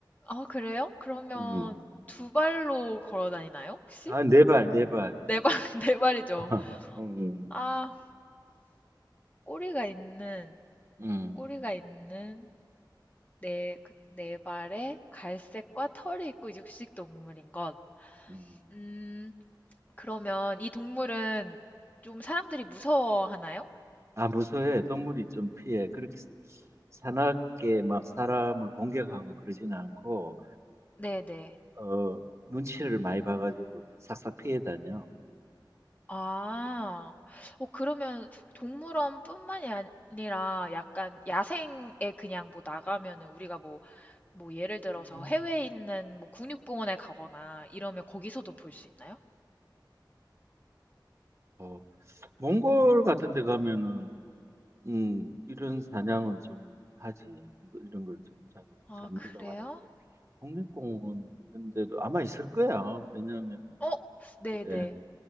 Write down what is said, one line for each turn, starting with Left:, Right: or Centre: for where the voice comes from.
Left: 아, 그래요? 그러면
Right: 음.
Left: 두 발로 걸어 다니나요, 혹시?
Right: 아, 네 발, 네 발.
Left: 네 발, <laughs> 네 발이죠.
Right: <laughs> 음,
Left: 아, 꼬리가 있는
Right: 음,
Left: 꼬리가 있는 네, 그, 네 발에 갈색과 털이 있고 육식 동물인 것.
Right: 음.
Left: 음, 그러면 이 동물은 좀 사람들이 무서워하나요?
Right: 아, 무서워해. 동물이 좀 피해. 그렇게 사납게 막 사람을 공격하고 그러진 않고,
Left: 네네.
Right: 어, 눈치를 많이 봐가지고 싹싹 피해 다녀.
Left: 아, 어, 그러면 동물원뿐만이 아니라 약간 야생에 그냥 뭐 나가면은 우리가 뭐, 뭐 예를 들어서
Right: 음.
Left: 해외에 있는 뭐 국립공원에 가거나 이러면 거기서도 볼 수 있나요?
Right: 어, 몽골 같은 데 가면은, 음, 이런 사냥을 좀 하지. 이거, 이런 걸 좀
Left: 아,
Right: 잡는다고
Left: 그래요?
Right: 하는데, 국립공원 이런 데도 아마 있을 거야. 왜냐하면,
Left: 어, 네네.
Right: 예,